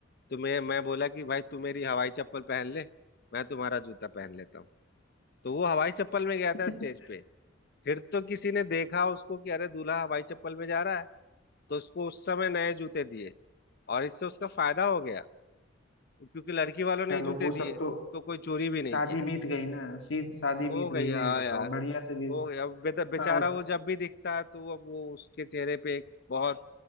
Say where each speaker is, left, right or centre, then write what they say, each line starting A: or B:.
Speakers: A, on the left; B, on the left.
A: तो मैं मैं बोला कि भाई तू मेरी हवाई चप्पल पहन ले मैं तुम्हारा जूता पहन लेता हूँ तो वो हवाई चप्पल में गया
B: <laughs>
A: था स्टेज पे फिर तो किसी ने देखा उसको कि अरे दूल्हा हवाई चप्पल में जा रहा है तो उसको उस समय नए जूते दिए और इससे उसका फायदा हो गया क्योंकि लड़की वालों ने
B: चलो
A: ही जूते
B: वो
A: दिए
B: सब तो
A: तो कोई चोरी भी नहीं
B: शादी
A: किया
B: बीत गई ना सी शादी
A: हो
B: बीत
A: गई
B: गई
A: हाँ
B: ना ये बताओ
A: यार
B: बढ़िया से भी
A: हो गया अब बेद- बेचारा
B: आ,
A: वो जब भी दिखता है तो अब वो उसके चेहरे पे एक बहुत